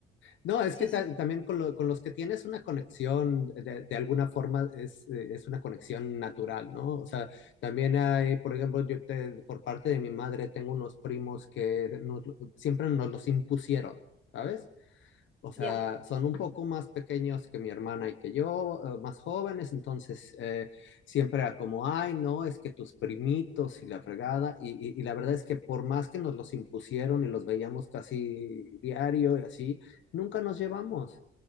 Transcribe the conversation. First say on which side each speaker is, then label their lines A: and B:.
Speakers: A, on the left; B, in the centre.
A: No, es
B: Sí,
A: que
B: sí,
A: ta- también con, lo- con los que tienes una conexión, de, de alguna forma es, eh, es una conexión natural, ¿no? O sea, también hay, por ejemplo, yo te- por parte de mi madre tengo unos primos que nos lo- siempre nos los impusieron, ¿sabes? O sea,
B: ya,
A: son un poco más pequeños que mi hermana y que yo, eh, más jóvenes, entonces eh, siempre era como, ay, no, es que tus primitos y la fregada, y, y- y la verdad es que por más que nos los impusieron y los veíamos casi diario y así, nunca nos llevamos.